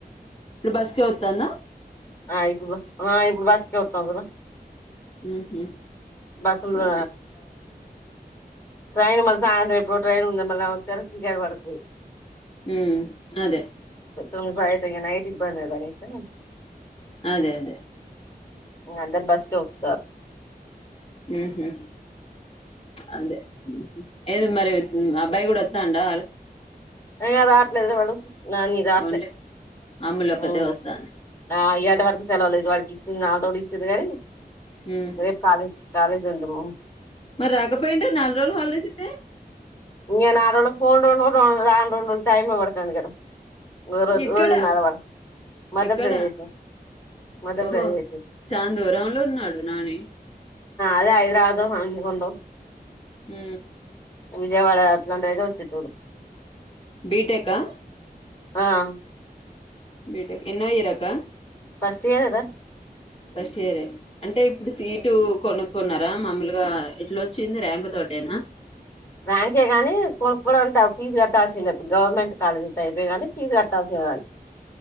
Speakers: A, on the left; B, on the left.
A: ఇప్పుడు బస్కే వత్తంద
B: ఆ ఇప్పుడు పో ఆ ఇప్పుడు బస్కే వత్తంది
A: ఉహు
B: బస్సులు
A: సరే
B: ట్రైన్ మళ్ళా సాయంత్రం ఎప్పుడో ట్రైన్ వచ్చేతలికే సిగ్నల్ పడ్తది
A: హు అదే
B: రూంబాయే సెగండయే ఇబంది కదా అది అయితే
A: అదే అదే
B: ఆ అందరు బస్కే వచ్చారు
A: హుహు అదే ఏది మరి రాబ్ అబ్బాయి కూడా వాతండా అడు
B: ఆయన రాట్లేడు వాడు నాని రాట్లే
A: ఓన్లీ అమ్ములొక్కతే
B: ఏమో
A: వస్తాంది
B: ఆ ఇగ అంత వరకు సెలవులు ఇటువ్ ఇచ్చిరా నా కోడిచిరే
A: మ్మ్
B: రేపు కాలేజ్ కాలేజ్ జండూబామ్
A: మరి రాకపోయిండ నాలుగు రోజుల్ హాలిడేస్ ఇస్తే
B: నేను ఆ ఫోన్ రొండు రాను రొండు టైమే పడ్తది కదా ఇంగో రెండు
A: ఎక్కడా
B: రోజులు నడవల మధ్యప్రదేశ
A: ఎక్కడా
B: మధ్యప్రదేశు
A: ఓహో చాన్ దూరంలో ఉన్నాడు నాని
B: అదే హైద్రాబాద్ య వైల్గొండో
A: హు
B: విజయవాడ అట్లాంటైతే వచ్చేటోడు
A: బిటెక్ ఆ
B: ఆహ్
A: బీటెక్ ఎనో ఇయర్ అక్క
B: ఫస్ట్ ఇయర్ రే రా.
A: ఫస్ ఇయర్ రే అంటే ఇప్పుడు సీటు కొనుకున్నారా. మమ్మలుగ్ గా ఇట్లోచ్చింది ర్యాంక్ తోటేనా
B: ర్యాంకే గాని కొనుకోడానికి డబుల్ కట్టాల్సిందే. గవర్నమెంట్ కాలేజీ టైపే కానీ ఫీజు కట్టాల్సిిన